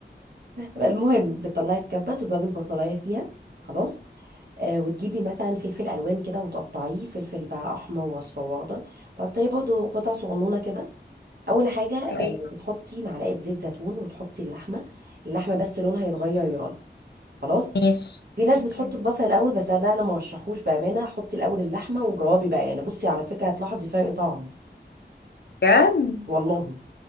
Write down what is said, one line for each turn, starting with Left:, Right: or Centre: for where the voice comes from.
Right: المهم بتطلعي الكبه تضربي البصلايه فيها خلاص آه وتجيبي مثلا فلفل الوان كده وتقطعيه فلفل بقى احمر واصفر واخضر تقطعيه برضه قطع صغنونه كده اول حاجه
Left: اوكي
Right: آه بتحطي معلقه زيت زيتون وتحطي اللحمه اللحمه بس لونها يتغير يلا خلاص
Left: ماشي
Right: في ناس
Left: اوكي
Right: بتحط البصل الاول بس لا انا ما رشحوش بامانه حطي الاول اللحمه وجوابي بقى يعني بصي على فكره هتلاحظي فرق طعم
Left: بجد
Right: والله